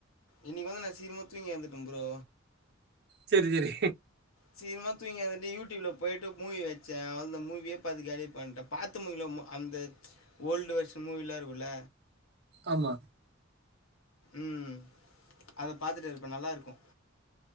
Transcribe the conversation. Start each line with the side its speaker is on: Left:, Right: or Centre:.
Left: இன்னைக்கு வந்து நா சீக்கிரமா தூங்கி எந்திருக்க ப்ரோ
Right: செரி செரி
Left: சீக்கிரமா தூங்கி எந்திருச்சு யூடியூப்ல போயிட்டு மூவி வச்சே அந்த மூவிய பாத்து காலி பண்ட்ட பாத்து முடியலமோ அந்த ஓல்டு வர்ஷன் மூவிலா இருக்குல
Right: ஆமா
Left: ம் அத பாத்துட்டு இருப்ப நல்லா இருக்கு